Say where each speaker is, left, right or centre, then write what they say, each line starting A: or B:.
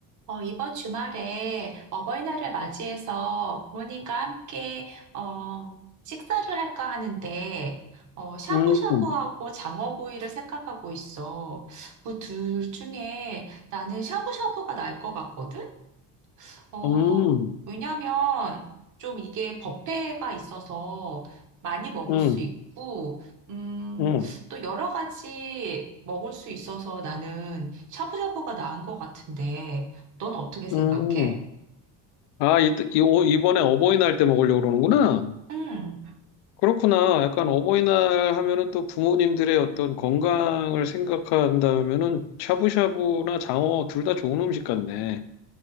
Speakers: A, on the right; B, on the left.
A: 어, 이번 주말에 어버이날을 맞이해서 부모님과 함께 어, 식사를 할까 하는데 어, 샤브샤브하고
B: 음, 음,
A: 장어구이를 생각하고 있어. 그 둘 중에 나는 샤브샤브가 나을 것 같거든? 어,
B: 음,
A: 왜냐면 좀 이게 법회가 있어서 많이 먹을
B: 음,
A: 수 있고, 음,
B: 음.
A: 또 여러 가지 먹을 수 있어서 나는 샤브샤브가 나은 것 같은데, 넌 어떻게 생각해?
B: 음. 아, 이, 이, 오- 이번에 어버이날 때 먹으려고 그러는구나.
A: 응,
B: 그렇구나. 약간 어버이날 하면은 또 부모님들의 어떤 건강을 생각한다면은 샤브샤브나 장어 둘 다 좋은 음식 같네.